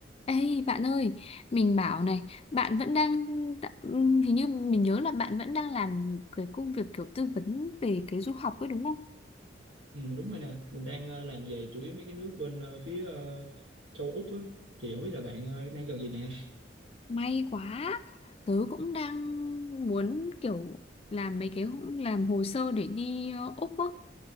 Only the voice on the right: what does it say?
Ừ, đúng rồi nè, mình đang ờ, làm về chủ yếu mấy cái nước bên ờ, phía ờ, châu Úc á, thì không biết là bạn ờ, đang cần gì nè.